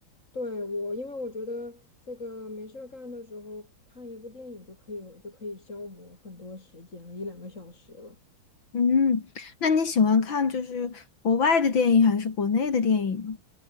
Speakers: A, on the left; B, on the left.
A: 对，我，因为我觉得这个没事儿干的时候看一部电影就可以有就可以消磨很多时间了，一两个小时了。
B: 嗯，那你喜欢看就是国外的电影还是国内的电影呢